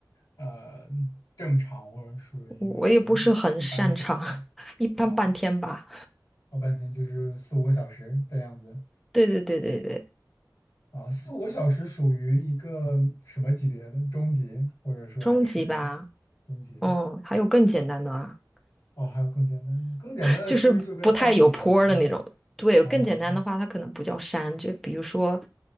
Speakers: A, on the left; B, in the centre.
A: 呃正常或者属于一个一般水平
B: 我我也不是很擅长，<laughs> 一般半天吧。
A: 啊？老半天就是四五个小时的样子
B: 对对对对对，
A: 啊，四五个小时属于一个什么级别的？中级，或者说还是
B: 中级吧。
A: 中级？
B: 嗯，还有更简单的啊，
A: 哦，还有更简单的，更简单的是不是就跟散步一样了？
B: 就是不太有坡儿的那种。对，
A: 哦
B: 更简单的话，它可能不叫山，就比如说，